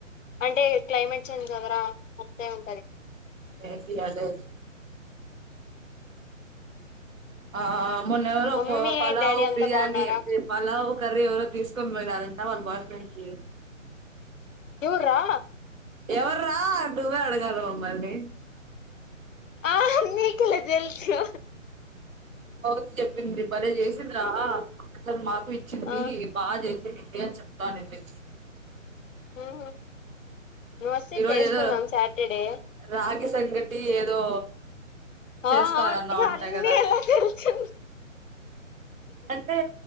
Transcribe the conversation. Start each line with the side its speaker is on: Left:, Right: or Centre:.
Left: అంటే క్లైమేట్ చేంజ్ కదరా అంతే ఉంటది.
Right: ఎనికి అదే ఆ మొన్న ఏవరు
Left: మమ్మీ
Right: ఫో పాలావు
Left: డాడీ అంతా
Right: బిరియనీ
Left: బాగున్నారా
Right: పాలావు కర్రీ ఎవరో తీసుకొని పోయినారంట వాళ్ళ బాయ్ ఫ్రెండ్కి
Left: ఎవర్రా
Right: ఎవ్రా నువ్వే అడగాల మమ్మల్ని
Left: ఆ నీకేల తెల్సు
Right: ఫోజీ చెప్పందీ భలే చేసింద్రా అసలు మాకు ఇచ్చింది
Left: ఆ
Right: బాగా చేసిందింది అని చెప్తానండి.
Left: ఉహు నువ్ వస్తే
Right: రోజు
Left: చేసుకుందాం
Right: ఏదో
Left: సాటర్డే
Right: రాగి సంగటి ఏదో చేస్తానన్నావు
Left: ఆ అవును ఇక
Right: అంట
Left: అన్నీ
Right: కదా
Left: ఎలా తెలుసు
Right: అంటే